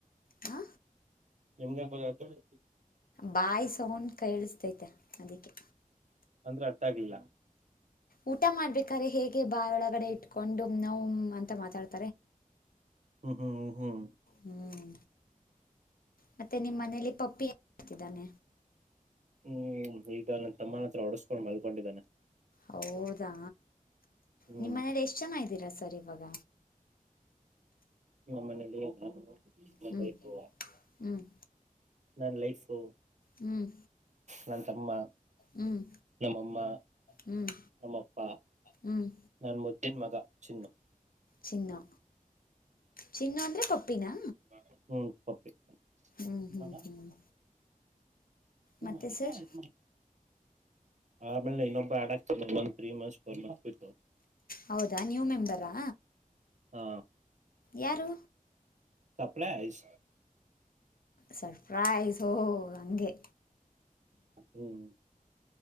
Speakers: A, on the left; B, on the right.
A: ಹ
B: ನಿಮ್ಗ್ ಎಂಗ್ ಗೊತ್ತೈತು
A: ಬಾಯ್ ಸೌಂಡ ಕೇಳಿಸತೈತೆ ಅದಕ್ಕೆ
B: ಅಂದ್ರೆ ಅರ್ಥ ಆಗ್ಲಿಲ್ಲ
A: ಊಟ ಮಾಡ್ಬೇಕ್ರೆ ಹೇಗೆ ಬಾಳ ಒಳಗಡೆ ಇಟ್ಕೊಂಡು ನೋ ಅಂತ ಮಾತಾಡ್ತ
B: ಹ್ಮ ಹ್ಮ್್ಮ ಹ್ಮ್
A: ಹ್ಮ್ ಮತ್ತೆ ನಿಮ್ಮ್ ಮನೇಲಿ ಪಪ್ಪಿ ಮಾಡತಿದ್ದಾನೆ
B: ಹ್ಮ್ ಈಗ ನನ್ ತಮ್ಮನ ಹತ್ರ ಹೊಡಸ್ಕೊಂಡು ಮಲ್ಕೊಂಡಿದ್ದಾನೆ
A: ಹೌದಾ
B: ಹ್ಮ್
A: ನಿಮ್ಮ ಮನೇಲಿ ಎಷ್ಟ್ ಜನ ಇದ್ದೀರಾ ಸರ್ ಇವಾಗ
B: ನಮ್ಮ ಮನೆಯಲ್ಲಿ ನಾನು ನನ್ನ
A: ಹ್ಮ್
B: ವೈಫು
A: ಹ್ಮ್
B: ನನ್ನ ಲೈಫು
A: ಹ್ಮ್
B: ನನ್ ತಮ್ಮ
A: ಹ್ಮ್
B: ನಮ್ಮಮ್ಮ
A: ಹ್ಮ್
B: ನಮ್ಮಪ್ಪ
A: ಹ್ಮ್
B: ನನ್ ಮುದ್ದನ್ ಮಗ ಚಿನ್ನು
A: ಚಿನ್ನು ಚಿನ್ನು ಅಂದ್ರೆ ಪಪ್ಪಿನಾ
B: ಹ ಹ್ಮ ಪಪ್ಪೀ
A: ಹ್ಮ್
B: ಇವಾಗ
A: ಹ್ಮ್ ಹ್ಮ್
B: ಹ
A: ಮತ್ತೆ
B: ಅಲ್ಲಿ
A: ಸರ್
B: ಆಯತು ಆಮೇಲೆ ಇನ್ನೊಬ್ಬ ಯಾಡ್ ಆಗ್ತದೆ ಒಂದ್ ತ್ರೀ ಮಂತ್ಸ್ ಫೋರ್ ಮಂತ್ಸ್ ಬಿಟ್ಟು
A: ಹೌದಾ ನ್ಯೂ ಮೆಂಬರಾ
B: ಹಾ
A: ಯಾರು
B: ಸಪ್ಲಸ್
A: ಸರ್ಪ್ರೈಜ್ ಹೋ ಹಂಗೆ
B: ಹ್ಮ್